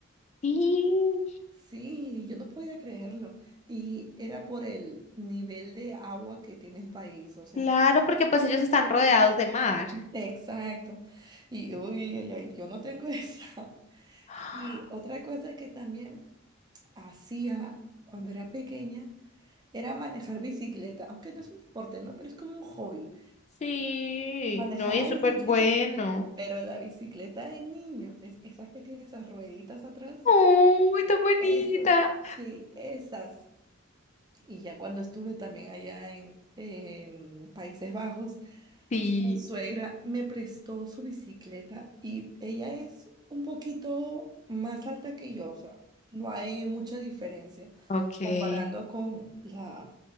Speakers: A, on the left; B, on the right.
A: Sí,
B: Sí, yo no podía creerlo. Y era por el nivel de agua que tiene el país, o sea
A: claro,
B: que...
A: porque pues ellos están rodeados de mar.
B: Exacto. Y uy, ay, ay, yo no tengo <laughs> esa.
A: <gasps>
B: Y otra cosa que también hacía cuando era pequeña era manejar bicicleta, aunque no es un deporte, ¿no? Pero es como un hobby.
A: Sí,
B: Manejaba
A: no, y es
B: Sí.
A: súper
B: bicicleta,
A: bueno.
B: pero la bicicleta de niños, es esa que tiene esas rueditas atrás,
A: ¡Uy, tan bonita!
B: esas, sí, esas. Y ya cuando estuve también allá en em, Países Bajos,
A: Sí,
B: Mi suegra me prestó su bicicleta y ella es un poquito más alta que yo, o sea, no hay mucha diferencia
A: ok.
B: comparando con la,